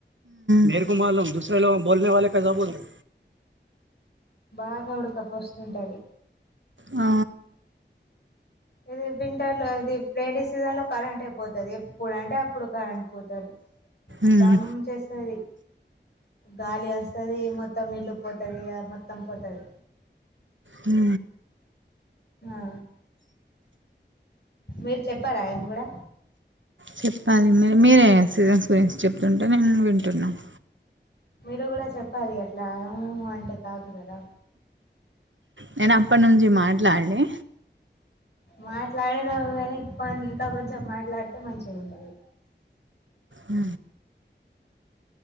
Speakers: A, on the right; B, on the left.
A: మేరకు మలు దూసరే బోల్నే వే కసా బోల్ రే
B: బాగా ఉడకపోస్తుంటుంది
A: ఆ
B: ఇది వింటర్ లో ఇది వేడి సీజన్ లో కరెంటే పోతుంది ఎప్పుడు అంటే అప్పుడు కరెంట్ పోతుది
A: ఉమ్
B: దమ్ చేస్తుేది గాలి వస్తది మొత్తం ఇల్లు పోతుది మొత్తం పోతుది
A: అ
B: ఆ మీరు చెప్పారా ఏమి కూడా
A: చెప్పాలి మరి మీరే సీజన్స్ గురించి చెప్తుంటే నేను వింటున్నాను
B: మీరు కూడా చెప్పాలి అట్లా ఏ అంటే కాదు కదా
A: నేను అప్ప నుంచి మాట్లాడలే
B: మాట్లాడిన కానీ ఇంకా కొంచెం మాట్లాడితే మంచిగా ఉంటది
A: అ